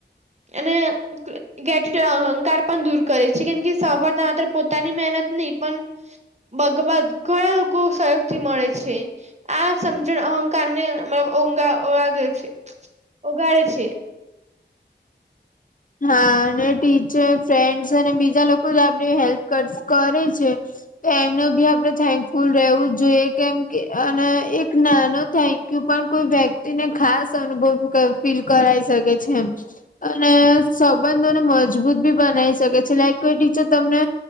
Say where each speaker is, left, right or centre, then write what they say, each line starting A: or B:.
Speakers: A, on the right; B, on the left.
A: અને <unintelligible> અહંકાર પણ દૂર કરે છે કેમ કે સફળતા માત્ર પોતાની મહેનત નહી પણ બગવાદ ઘણા લોકો સહયોગ થી મળે છે. આ સમજણ અહંકાર ને મતલબ <unintelligible> ઓગાળે છે.
B: હા અને ટીચર ફ્રેન્ડસ અને બીજા લોકો જ આપડી હેલ્પ કરે છે. એમને ભી આપડણે થેન્કફુલ રહેવું જોઈએ કેમ કે અને એક નાનો થેન્ક યુ પણ કોઈ વ્યક્તિ ને ખાસ અનુભવ ફીલ કરાઈ શકે છે એમ અને સંબંધોને મજબૂત બી બનાવી શકે છે લાઈક કોઈ ટીચર તમને